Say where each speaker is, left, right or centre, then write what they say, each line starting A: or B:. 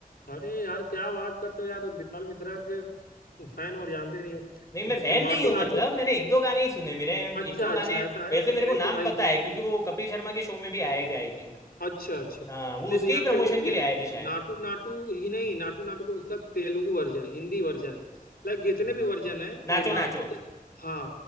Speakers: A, on the left; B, on the left.
A: अरे यार क्या बात करते हो यार विशाल मिश्रा के फैन और जानते नहीं हो
B: नहीं मैं
A: ब-
B: फैन
A: नाटू
B: नहीं हूँ मतलब
A: नाटू
B: मैंने एक दो गाने ही सुने मेरे
A: अच्छा
B: एक दो
A: अच्छा
B: गाने
A: ऐसा है
B: वैसे मेरे
A: नहीं
B: को नाम
A: तो भाई
B: पता है क्योंकि वो कपिल शर्मा के शो में भी आए थे आई थिंक
A: अच्छा अच्छा
B: हाँ वो
A: नहीं
B: उसके
A: तो जानते
B: ही प्रमोशन
A: हो ये
B: के लिए आए थे शायद
A: नाटू नाटू ही नहीं नाटू नाटू को उसका Telugu version Hindi version like जितने भी वर्जन है
B: नाचो
A: वो नाटू
B: नाचो
A: के हाँ